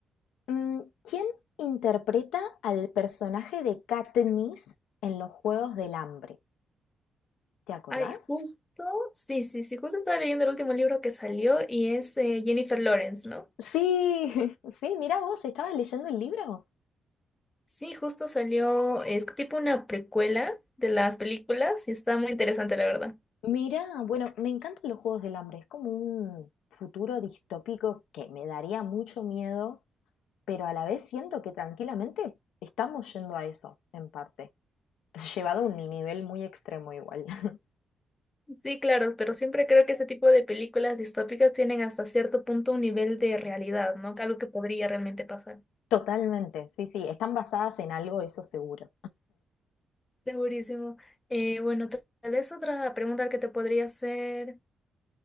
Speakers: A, on the left; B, on the left.
A: Mm, ¿quién interpreta al personaje de Katniss en los Juegos del Hambre? ¿Te acordás?
B: Ay, justo. Sí, sí, sí, justo estaba leyendo el último libro que salió y es eh, Jennifer Lawrence, ¿no?
A: Sí, <laughs> sí, mira vos, estabas leyendo el libro.
B: Sí, justo salió, es tipo una precuela de las películas y está muy interesante, la verdad.
A: Mira, bueno, me encantan los Juegos del Hambre, es como un futuro distópico que me daría mucho miedo pero a la vez siento que tranquilamente estamos yendo a eso, en parte, <laughs> llevado a un nivel muy extremo igual. <laughs>
B: Sí, claro, pero siempre creo que ese tipo de películas distópicas tienen hasta cierto punto un nivel de realidad, ¿no? Algo que podría realmente pasar.
A: Totalmente, sí, sí, están basadas en algo, eso seguro.
B: Segurísimo. Eh, bueno, ta- tal vez otra pregunta que te podría hacer.